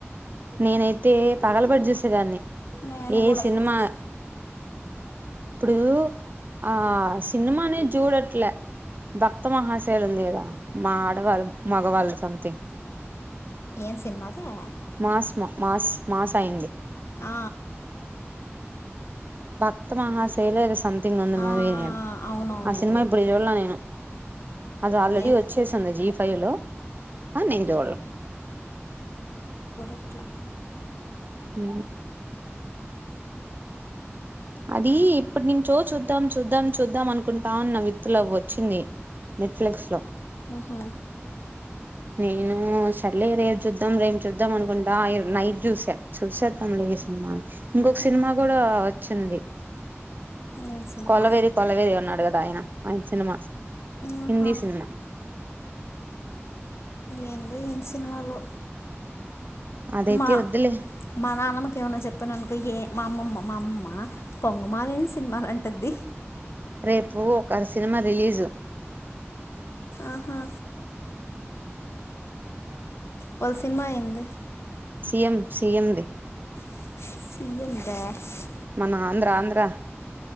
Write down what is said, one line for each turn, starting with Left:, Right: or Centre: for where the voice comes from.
Right: నేనైతే పగలబడి చూసేదాన్ని
Left: నేను
Right: ఏ
Left: కూడా
Right: సినిమా
Left: ఇప్పుడోస్
Right: ఇప్పుడు ఆ సినిమానే చూడట్ల భక్త మహాశయలు ఉంది ఏదా మా ఆడవాళ్ళు మగవాళ్ళు సంథింగ్
Left: ఏం సినిమా అదా
Right: మాస్ మాస్ మాస్ అయింది
Left: ఆ
Right: భక్త మహాశయలేస్ సమంతింగ్ ఉంది
Left: ఆ
Right: మూవి నేమ్
Left: అవునవును
Right: ఆ సినిమా
Left: ఉంది
Right: ఇప్పుడు చూళ్ళా నేను అది ఆల్రెడీ
Left: నే
Right: వచ్చేసింది జీప్ పైలో ఆ నీంటవాళ
Left: ఇట్లా
Right: ఉ అది ఇప్పుడు నించో చూద్దాం చూద్దాం చూద్దాం అనుకుంటాన్నం విత్తులవ్ వచ్చింది నెట్ఫిలక్స్ లో
Left: ఉహు
Right: నేను చల్లే రేపు చూద్దాం రేం చూద్దాం అనుకుంటా నైట్ చూసా చూసేద్దాం లే సినిమా ఇంకొక
Left: ఉహు
Right: సినిమా కూడా వచ్చింది
Left: ఏం సినిమా
Right: కొలవేరి కొలవేరి ఉన్నాడు కదా ఆయన ఆయన సినిమా
Left: ఆహా
Right: హిందీ సినిమా
Left: ఏందో ఏం సినిమాలో
Right: అదైతే
Left: మా
Right: వద్దులే
Left: మా నాన్నమ్మక ఏమన్నా చెప్ప చెప్పననుకో ఏ మా అమ్మమ్మ మా అమ్మ పొంగమాలని సినిమాలు అంటుది
Right: రేపు ఒక సినిమా రిలీజు
Left: ఆహా ఒక సినిమా ఎంది
Right: సిఎం సిఎంది
Left: <unintelligible>
Right: మన ఆంధ్ర ఆంధ్ర